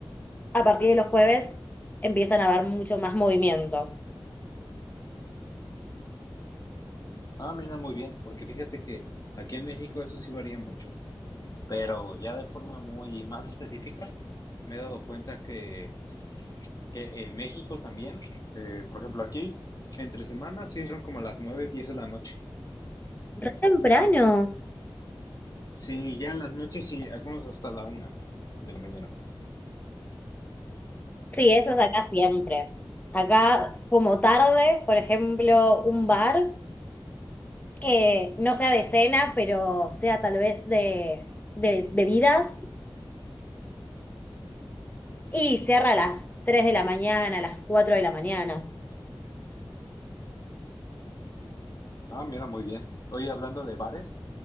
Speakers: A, on the left (about 20°); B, on the left (about 45°).
A: a partir de los jueves empiezan a haber mucho más movimiento.
B: Ah, mira, muy bien, porque fíjate que aquí en México eso sí varía mucho, pero ya de forma muy más específica me he dado cuenta que, que en México también, eh, por ejemplo, aquí entre semanas sí son como a las 9, 10 de la noche.
A: Re temprano.
B: Sí, ya en las noches y algunos hasta la una de la mañana.
A: Sí, eso es acá siempre. Acá como tarde, por ejemplo, un bar. que no sea de cena, pero sea tal vez de, de bebidas y cierra a las 3 de la mañana, a las 4 de la mañana.
B: Ah, mira, muy bien. Oye, hablando de bares,